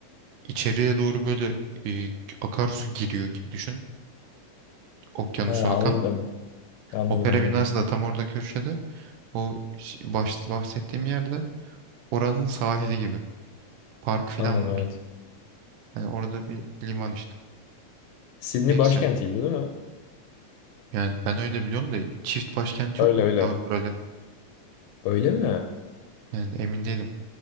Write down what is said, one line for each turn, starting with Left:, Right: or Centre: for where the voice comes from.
Right: içeriye doğru böyle e, akarsu giriyor gibi düşün. Okyanusu
Left: Ha,
Right: akan.
Left: anladım. Anladım
Right: Opera
Left: anladım.
Right: binası da tam orada köşede. O ş- baş- bahsettiğim yerde oranın sahili gibi. park falan
Left: Anladım
Right: var.
Left: evet.
Right: Yani orada bir liman işte.
Left: Sydney
Right: Neyse.
Left: başkentiydi değil mi?
Right: Yani ben öyle biliyorum da çift başkent
Left: Öyle
Right: yok mu
Left: öyle.
Right: ya Avustralya?
Left: Öyle mi?
Right: Yani emin değilim.